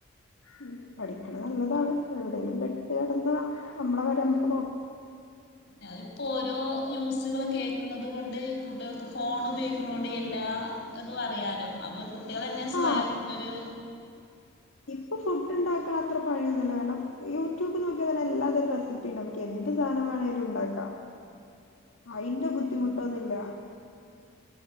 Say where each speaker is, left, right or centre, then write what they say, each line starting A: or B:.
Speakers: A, on the left; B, on the left.
A: ഉം പഠിക്ക്ണ നല്ലതാണ് എവിടേലും പെട്ട് കെടനാൽ നമ്മളെ കാര്യം നമ്മക്ക് നോ
B: അഹ്‌ ഇപ്പൊ ഓരോ ന്യൂസ്കൾ കേക്ക്ണത് കൊണ്ട് കുട്ടികൾക്ക് ഫോണ് പയോഗിക്കണോണ്ട് എല്ലാതു അറിയാല്ലോ അപ്പൊ കുട്ടിളെന്നെ സ്വയം
A: ആ
B: ഒരു-
A: ഇപ്പ ഫുഡ്‌ ഇണ്ടാക്ക്ണ അത്ര പണിയൊന്നല്ല കാരണം യൂട്യൂബ് നോക്കിയ തന്നെ എല്ലാ തര റെസിപ്പി ഇണ്ടാവു മുക്ക് എന്ത് സാനെ വേണേലു ഇണ്ടാക്കാ
B: ആ
A: അയിന്റെ ബുദ്ധിമുട്ടൊന്നില്ല